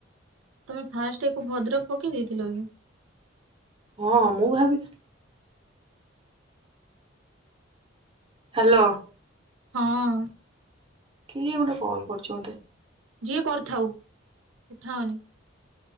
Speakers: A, on the right; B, on the right.
A: ତମେ ଫାଷ୍ଟ ଆକୁ ଭଦ୍ରକ ପକେଇ ଦେଇଥିଲ କି?
B: ହଁ ମୁଁ ଭାବିଚି ହ୍ୟାଲୋ।
A: ହଁ।
B: କିଏ ଗୋଟେ କଲ୍ କରୁଚି ମୋତେ
A: ଯିଏ କରିଥାଉ ଉଠାଅନି।